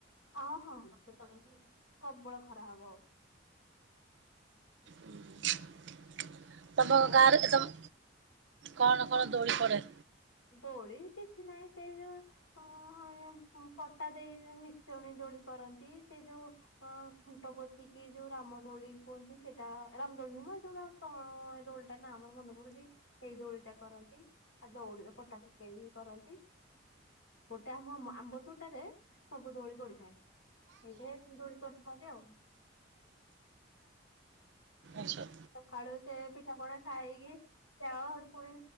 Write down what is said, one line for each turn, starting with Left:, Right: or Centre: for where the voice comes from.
Left: ହଁ ହଁ ମୋତେ ତ ଲାଗୁଚି ପ୍ରବଳ ଖରା ହବ।
Right: ହୁଁ <inaudible> ତୁମ
Left: ତାର
Right: ଗାଁରେ ତମ କଣ
Left: ତ-
Right: କଣ ଦୋଳି ପଡ଼େ?
Left: ଦୋଳି କିଛି ନାଇ ସେ ଯୋଉ ଅ ଏ ପଟା ଦେଇ ନିଶୁଣି ଦୋଳି କରନ୍ତି। ସେ ଯୋଉ ହଁ ଖୁଣ୍ଟ ପୋତି କି ଯୋଉ ରାମଦୋଳି କୁହନ୍ତି, ସେଟା ରାମଦୋଳି ନୁହୁଁ ମ ଯୋଉଟା କଣ ଏଇ ଦୋଳି ଟା ନା ମୋର ମନେ ପଡୁଚି ସେଇ ଦୋଳି ଟା କରନ୍ତି। ଆଉ ଦଉଡିର ପଟା ପକେଇ ବି କରନ୍ତି। ଗୋଟେ ଆମ ମ ଆମ୍ବ ତୋଟାରେ ସବୁ ଦୋଳି ପଡିଥାଏ। ସେଇଠେ ଦୋଳି କରିଥାନ୍ତି ଆଉ।
Right: ଆଛା।
Left: ସଖାଳୁ ସେ ପିଠାପଣା ଖାଇକି ଯାଅ, ପୁଣି